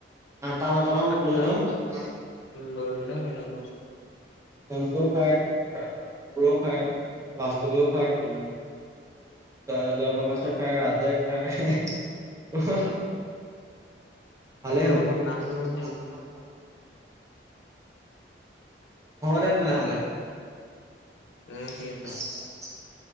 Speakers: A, on the right; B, on the left.
A: আটা মটামান
B: আঠটা
A: লৈ লম আটা
B: লৈ ল'লে হৈ যাব।
A: <unintelligible> খায় ৰা
B: উম
A: অংকুৰেও খায়,
B: উম
A: বাস্তৱেও খায়। জ জয়প্ৰকাশে খায়, ৰাজে খায়।
B: হ'ব
A: ভালে
B: হ'ব নাম লৈ নাথাকিব
A: হ'ব। হ'ব দে তেনেহ'লে। <inaudible>
B: উম ঠিক আছে